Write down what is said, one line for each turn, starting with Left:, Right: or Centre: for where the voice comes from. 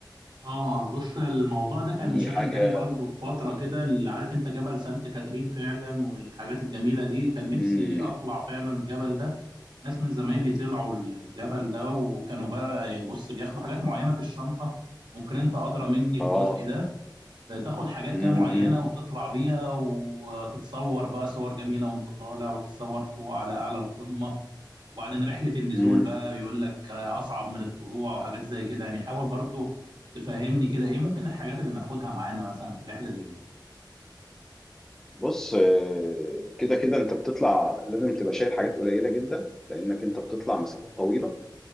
Right: اه بص الموضوع ده كان
Centre: دي
Right: شاغل
Centre: حاجة
Right: بالي برضه في فترة كده اللي عارف انت جبل سانت كاترين فعلا والحاجات الجميلة دي كان نفسي
Centre: مم.
Right: اطلع فعلا الجبل ده ناس من زمايلي طلعوا الجبل ده وكانوا بقى يعني بص بياخدوا حاجات معينة في الشنطة ممكن انت ادرى مني في
Centre: آه
Right: الجزء ده تاخد حاجات
Centre: مم.
Right: كده معينة وتطلع بيها وتتصور بقى صور جميلة وانت طالع وتتصور فوق على أعلى القمة وبعدين رحلة النزول
Centre: مم.
Right: بقى بيقول لك أصعب من الطلوع وحاجات زي كده يعني حاول برضو تفهمني كده إيه ممكن الحاجات اللي ناخدها معانا مثلا في رحلة زي دي
Centre: بص آه، كده كده انت بتطلع لازم تبقى شايل حاجات قليله جدا لانك انت بتطلع مسافات طويله